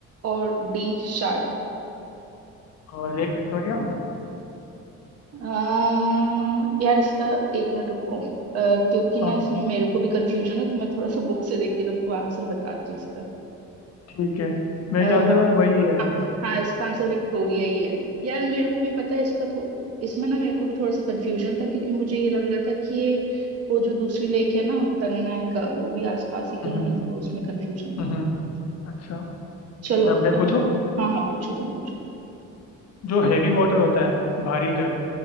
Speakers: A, on the right; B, on the left.
A: और डी शार्ट
B: और लेक विक्टोरिया
A: अह, यार इसका एक मिनट रुको अह, क्योंकि ना
B: हाँ
A: इसमें मेरे को भी कंफ्यूजन है तो मैं थोड़ा सा बुक से देख के तुमको आंसर बताती हूँ इसका
B: ठीक है मेरे
A: अह,
B: ख्याल से तो वही है यार
A: हाँ हाँ इसका आंसर विक्टोरिया ही है यार मेरे को भी पता है इसका थो, इसमें ना मेरे को भी थोड़ा सा कंफ्यूजन था क्योंकि मुझे ये लग रहा था कि ये वो जो दूसरी लेक है ना तंगनाइका वो भी आसपास ही कहीं
B: हम्म
A: है तो उसमें कंफ्यूजन था
B: हम्म, अच्छा
A: चलो
B: ठीक है अब मैं पूछूं
A: हाँ हाँ पूछो तुम पूछो
B: जो हैवी वाटर होता है भारी जल